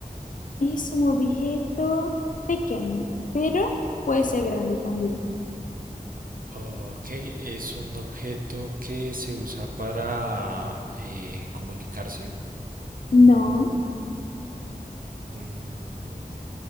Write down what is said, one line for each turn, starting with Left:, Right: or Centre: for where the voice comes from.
Left: Es un objeto pequeño, pero puede ser grande también.
Right: Ok, ¿es un objeto que se usa para eh, comunicarse?
Left: No,
Right: Mm,